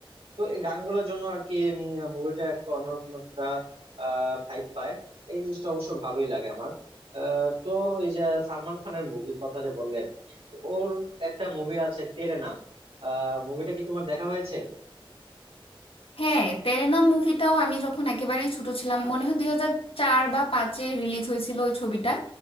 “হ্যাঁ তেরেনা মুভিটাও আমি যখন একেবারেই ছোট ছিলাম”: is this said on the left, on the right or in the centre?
Left